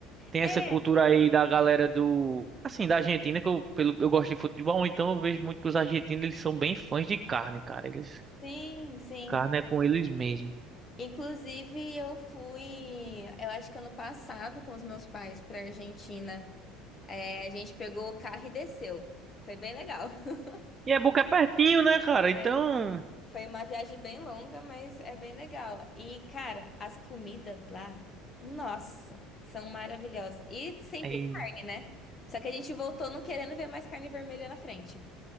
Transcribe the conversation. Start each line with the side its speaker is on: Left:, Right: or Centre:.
Right: tem
Left: É,
Right: essa cultura aí da galera do, assim, da Argentina, que eu, pelo, eu gosto de futebol, então eu vejo muito que os argentinos, eles são bem fãs de carne, cara. Eles,
Left: sim, sim.
Right: carne é com eles mesmo.
Left: Inclusive, eu fui, eu acho que ano passado com os meus pais para Argentina. É, a gente pegou o carro e desceu. Foi bem legal. <laughs>
Right: E é boca é pertinho, né, cara? Então,
Left: É. Foi uma viagem bem longa, mas é bem legal. E, cara, as comidas lá, nossa, são maravilhosas. E sempre
Right: aí,
Left: carne, né? Só que a gente voltou não querendo ver mais carne vermelha na frente.